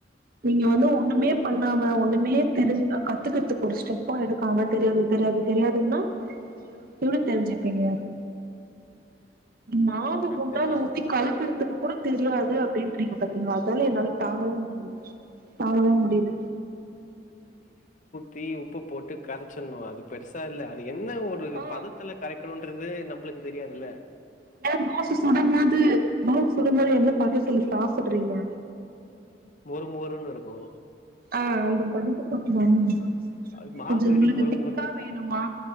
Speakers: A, on the right; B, on the left.
A: நீங்க வந்து ஒன்னுமே பண்ணாம ஒன்னுமே தெரிஞ் அ கத்துக்கற்துக்கு ஒரு ஸ்டெப்போ எடுக்காம தெரியாது தெரியாது தெரியாதுன்னா எப்டி தெரிஞ்சுப்பீங்க மாவு
B: கரெக்ட்டு
A: குண்டால
B: தா
A: ஊத்தி கலக்குறதுக்கு கூட தெரியாது அப்டின்றீங்க பாத் தீங்ளா அதால என்னால தாங்கவே முடியில தாங்கவே முடியில
B: தி உப்பு போட்டு கரைச்சிண்ணுவே அது பெருசா இல்ல அது என்ன ஒரு
A: ஓ
B: பதத்துல கரைக்குணுன்றது உங்ளுக்கு தெரியாதில்ல
A: ஏ தோச சுடும்போது தோச சுடும்போது என்ன பதத்துல சாப்புட்றீங்க
B: மொறு மொறுனுருக்கூ
A: ஆ அந்த பதத்த <unintelligible>
B: அது மாவு
A: கொஞ்சொ உங்குளுக்கு
B: எப்டி மொறு
A: திக்கா
B: மொறுன்னு
A: வேணுமா